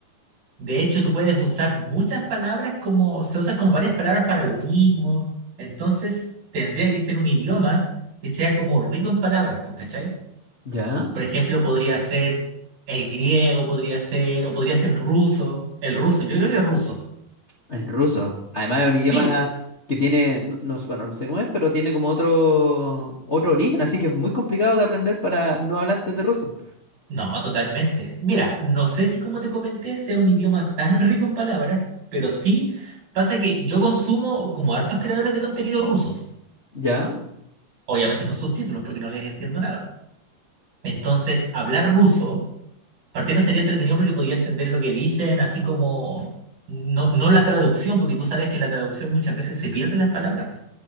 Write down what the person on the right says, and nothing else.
De hecho, tú puedes usar muchas palabras como, se usan como varias palabras para lo mismo. Entonces, tendría que ser un idioma que sea como rico en palabras, pues, ¿cachai?
Por ejemplo, podría ser el griego, podría ser, o podría ser ruso. El ruso, yo creo que es ruso.
Sí,
No, totalmente. Mira, no sé si como te comenté sea un idioma tan rico en palabras, pero sí pasa que yo consumo como hartos creadores de contenido rusos,
obviamente con subtítulos porque no les entiendo nada. Entonces, hablar ruso, partiendo sería entretenido porque podía entender lo que dicen, así como no, no la traducción, porque tú sabes que en la traducción muchas veces se pierden las palabras.